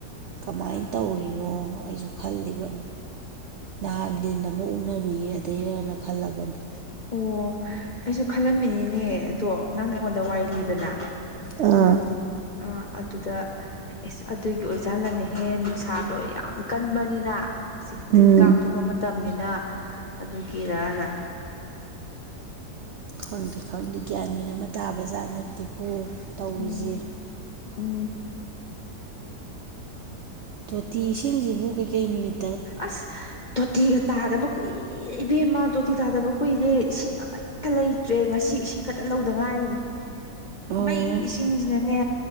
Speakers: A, on the right (about 75°); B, on the left (about 50°).
A: ꯀꯃꯥꯏꯅ ꯇꯧꯔꯤꯅꯣ ꯑꯩꯁꯨ ꯈꯜꯂꯤꯕꯅꯤ ꯅꯍꯥꯟ ꯂꯤꯟ ꯑꯃ ꯑꯣꯛꯅꯔꯨꯏꯌꯦ ꯑꯗꯩꯔꯅ ꯈꯜꯂꯕꯅꯤ
B: ꯑꯣ ꯑꯩꯁꯨ ꯈꯜꯂꯝꯃꯤꯅꯤꯅꯦ ꯑꯗꯣ ꯅꯪꯅ ꯑꯩꯉꯣꯟꯗ ꯋꯥꯔꯤ ꯂꯤꯗꯅ
A: ꯑꯥ
B: ꯑꯥ ꯑꯗꯨꯗ ꯏꯁ ꯑꯗꯨꯒꯤ ꯑꯣꯏꯖꯥꯠꯂꯅꯦꯍꯦ ꯅꯨꯡꯁꯥꯗꯣ ꯌꯥꯝ ꯀꯟꯕꯅꯤꯅ ꯁꯤꯛꯁꯇꯤꯟ
A: ꯎꯝ
B: ꯀꯥꯡ ꯊꯣꯛꯄ ꯃꯇꯝꯅꯤꯅ ꯑꯗꯨꯒꯤꯔꯅꯥ
A: ꯈꯪꯗꯦ ꯈꯪꯗꯦ ꯒ꯭ꯌꯥꯟꯃꯦꯟ ꯑꯃ ꯇꯥꯕ ꯖꯥꯠ ꯅꯠꯇꯦꯀꯣ ꯇꯧꯔꯤꯖ‌ꯦ
B: ꯎꯝ ꯎꯝ
A: ꯇꯣꯇꯤ ꯏꯁꯤꯡꯖꯤꯕꯨ ꯀꯩꯀꯩ ꯅꯨꯃꯤꯠ
B: ꯑꯁ ꯇꯣꯇꯤꯒ ꯇꯥꯗꯕ ꯀꯨꯏꯔꯦ ꯏꯕꯦꯝꯃ ꯇꯣꯇꯤ ꯇꯥꯗꯕ ꯀꯨꯏꯔꯦ ꯏꯁꯤꯡ ꯑꯝ ꯃꯠꯇ ꯂꯩꯇ꯭ꯔꯦ ꯉꯁꯤ ꯏꯁꯤꯡ ꯈꯛꯇ ꯂꯧꯗ ꯉꯥꯏꯔꯤꯅꯦ
A: ꯑꯣ
B: ꯃꯩ ꯏꯁꯤꯡꯁꯤꯅꯅꯦ